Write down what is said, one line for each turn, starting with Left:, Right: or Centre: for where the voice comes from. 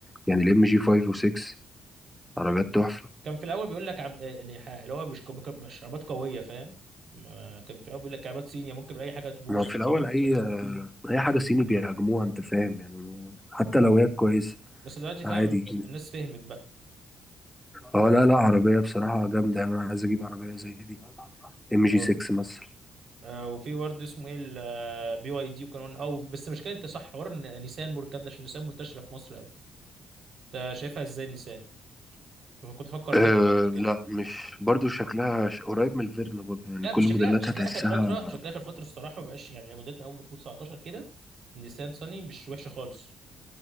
Centre: يعني الام جي 5 و6 عربيات تحفة
Right: كان في الاول بيقول لك عم... آه، يعني ح- اللي هو مش مشروبات قويه فاهم ما كان في الاول بيقول لك كعبات صينيه ممكن باي حاجه تبوظ
Centre: ما في الأول أي أي حاجة صيني بيهاجموها أنت فاهم يعني حتى لو هي كويسة
Right: بس دلوقتي فاهم
Centre: عادي
Right: الناس فهمت بقى
Centre: اه لا لا عربية بصراحة جامدة يعني أنا عايز أجيب عربية زي دي ام جي
Right: اه
Centre: 6 مثلا
Right: آه، وفي برضه اسمه ايه بي واي دي وكان او بس مش كده انت صح حوار إن نيسان والكلام ده عشان نيسان منتشره في مصر قوي انت شايفها ازاي نيسان؟ شوف، كنت بفكر فيها
Centre: أه
Right: في فتره كده
Centre: لا مش برضو شكلها ش- قريب من الفيرنا برضو يعني
Right: لا
Centre: كل
Right: بس شكلها
Centre: موديلاتها
Right: شكلها
Centre: تحسها
Right: اخر فتره شكلها اخر فتره الصراحه ما بقاش يعني موديلات من اول 2019 كده نيسان صني مش وحشه خالص